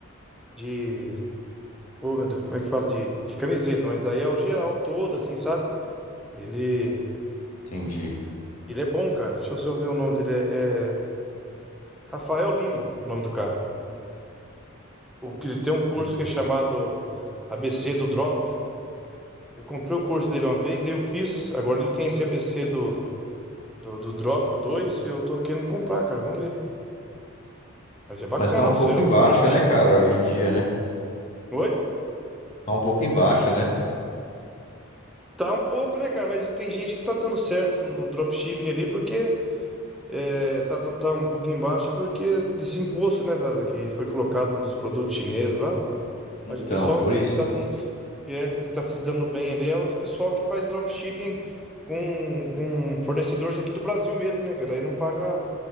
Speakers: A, in the centre; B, on the left.
A: de. Oh, meu Deus, como é que fala? De, de camiseta, mas daí é o geral todo, assim, sabe? Ele,
B: Entendi.
A: ele é bom, cara. Deixa eu só ver o nome dele. É, é Rafael Lima, o nome do cara. O, que- ele tem um curso
B: Uhum.
A: que é chamado ABC do Drop. Eu comprei o curso dele uma vez, daí eu fiz. Agora ele tem esse ABC do, do, do Drop, o dois, Eu tô querendo comprar, cara. Vamos ver. Mas é bacana,
B: Mas tá um
A: você
B: pouco
A: é o
B: em baixa,
A: dropshipping.
B: né, cara, hoje em dia, né?
A: Oi?
B: Tá um pouco em baixa, né?
A: Tá um pouco, né, cara? Mas tem gente que tá dando certo no dropshipping ali, porque é, tá, dan- tá um pouco em baixa, porque desse imposto, né, da, que foi colocado nos produtos chineses lá.
B: Então,
A: Mas o pessoal
B: por
A: que
B: isso,
A: tá dando,
B: né?
A: que é, que tá se dando bem ali é os pessoal que faz dropshipping com, com fornecedores aqui do Brasil mesmo, né, cara? Aí não paga,